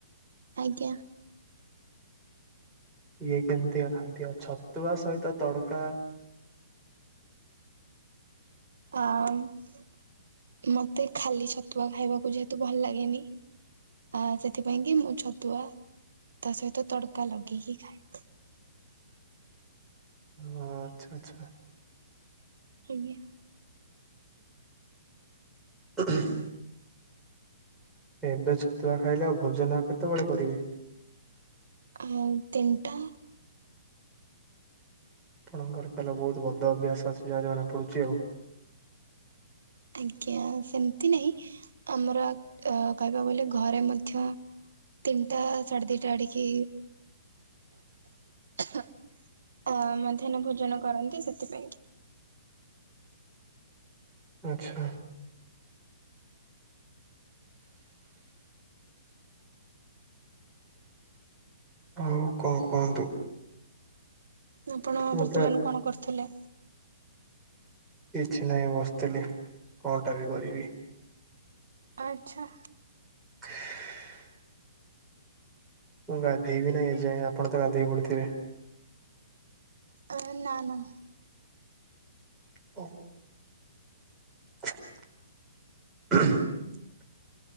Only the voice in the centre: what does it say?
ଇଏ କେମିତିକା ଖାଦ୍ୟ? ଛତୁଆ ସହିତ ତଡକା।
ଓ ଆଚ୍ଛା ଆଚ୍ଛା।
<inaudible> ଏବେ ଛତୁଆ ଖାଇଲେ। ଆଉ ଭୋଜନ କେତେବେଳେ କରିବେ?
ଆପଣଙ୍କର ତାହାଲେ ବହୁତ ଭଦ ଅଭ୍ୟାସ ଅଛି। ଯାହା ଜଣା ପଡୁଛି ଆଉ।
ଆଚ୍ଛା। ଆଉ କଁ କୁହନ୍ତୁ।
ମୁଁ
ତ
କିଛି ନାହିଁ ବସିଥିଲି କଁଟା ବି କରିବି।
<inaudible> ମୁଁ ଗାଧୋଇବି ନାଇଁ ଏଯାଏଁ ଆପଣ ତ ଗାଧୋଇ ପଡ଼ିଥିବେ।
<unintelligible> <inaudible>